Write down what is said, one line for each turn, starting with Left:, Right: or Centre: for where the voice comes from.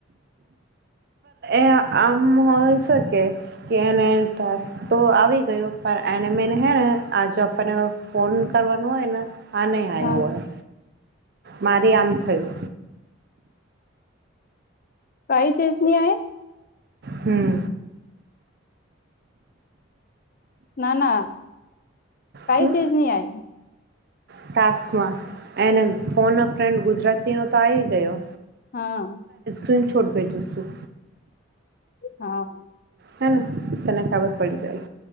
Right: એ આમ હોય શકે કેને ટાસ્ક તો આવી ગયો એને મને હે ને આજો આપણને ફોન કરવાનો હોય ને આ નહીં આવ્યો
Left: હા
Right: હોય મારે આમ થયું.
Left: કઈ ચેજની હે.
Right: હમ.
Left: ના ના કઈ
Right: શું
Left: ચીજને આય.
Right: ટાસ્કમાં એને ફોન અ ફ્રેન્ડ ગુજરાતી નો તો આવી ગયો
Left: હા.
Right: તિન છોટ ભેજો છું
Left: હા
Right: હેને તને ખબર પડી જાય.